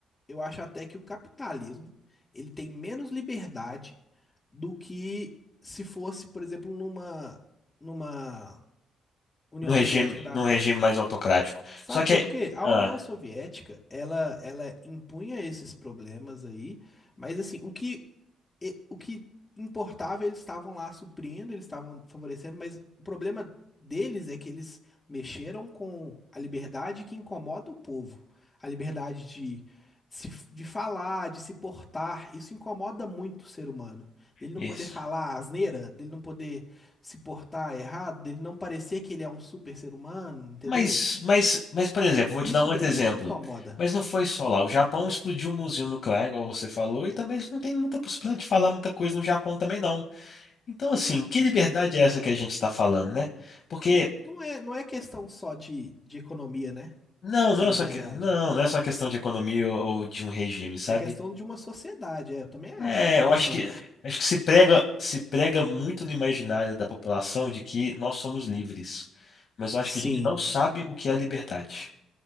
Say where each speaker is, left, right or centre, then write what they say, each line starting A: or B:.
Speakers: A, on the left; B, on the left.
A: eu acho até que o capitalismo ele tem menos liberdade do que se fosse, por exemplo, numa numa União
B: no regime,
A: Soviética da
B: no
A: vida.
B: regime mais autocrático.
A: Sabe
B: Só que,
A: por quê? A
B: ah,
A: União Soviética, ela, ela impunha esses problemas aí, mas assim, o que, e- o que importava, eles estavam lá suprindo, eles estavam favorecendo, mas o problema deles é que eles mexeram com a liberdade que incomoda o povo, a liberdade de, se, de falar, de se portar, isso incomoda muito o ser humano. Dele não
B: isso.
A: poder falar asneira, dele não poder se portar errado, dele não parecer que ele é um super ser humano, entendeu?
B: Mas, mas, mas, por exemplo, vou
A: Isso
B: te dar um outro
A: daí
B: exemplo.
A: que incomoda.
B: Mas não foi só lá. O Japão explodiu uma usina nuclear, igual você falou, e também eles não têm muita possibilidade de falar muita coisa no Japão também, não. Então, assim, que liberdade é essa que a gente está falando, né? Porque,
A: Não, não é, não é questão só de, de economia, né?
B: não,
A: Essa
B: não
A: liberdade.
B: é só, que- não, não é só questão de economia ou, ou de um regime, sabe?
A: É questão de uma sociedade. É, eu também
B: É,
A: acho que não é
B: eu
A: questão.
B: acho que, acho que se prega, se prega muito no imaginário da população de que nós somos livres. Mas eu acho
A: Sim,
B: que a gente não sabe o que é liberdade.